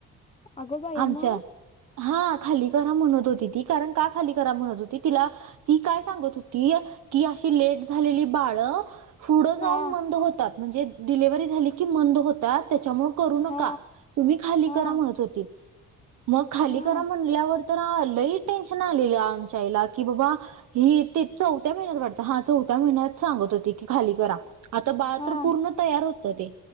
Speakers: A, on the left; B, on the right.
A: अगो बाई
B: आमच्या
A: मग
B: हा खाली करा म्हणत होती ती कारण का खाली करा म्हणत ती तिला ती काय सांगत होती की अशी लेट झालेली बाळ पुढ जाऊन
A: हा
B: मंद होतात म्हणजे डिलिव्हरी झाली की मंद होतात त्याच्यामुळ करू
A: हा
B: नका तुम्ही खाली
A: हा
B: करा म्हणत होती मग खाली
A: हा
B: करा म्हणल्यावर तर लई टेन्शन आलेलं आमच्या आईला कि बाबा ही ते चौथ्या महिन्यात वाटत हा चौथ्या महिन्यात सांगत होती की खाली करा आता बाळ
A: हा
B: तर पूर्ण तयार होत ते